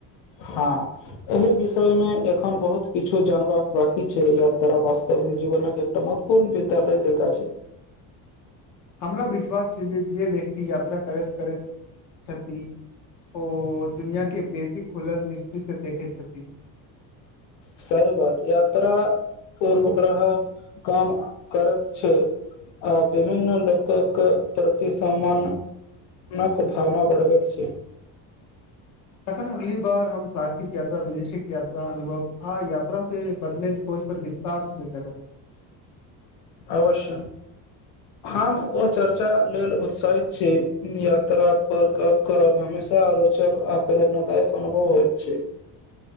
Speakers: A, on the left; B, on the left.
A: हां, एहि विषयमे एखन बहुत किछु जानबाक बाकी छै, यात्रा वास्तवमे जीवनक एकटा महत्वपूर्ण विद्यालय जेकां छै।
B: हमरा विश्वास छै जे जे व्यक्ति यात्रा करैत करैत छथि ओ दुनियाके बेसी खुलल दृष्टिसँ देखैत छथिन।
A: सही बात यात्रा पूर्वाग्रह काम करैत छै आ विभिन्न लोकक प्रति सम्मान नक भावना बढ़बैत छै
B: तखन अगली बार हम सहसिक यात्रा विदेशिक यात्रा अनुभव आ यात्रा से बदलैत सोच पर विस्तार से चर्च
A: अवश्य हम ओ चर्चा लेल उत्साहित छी, यात्रा पर गप करब हमेशा रोचक आ प्रेरणादायक अनुभव होइत छै।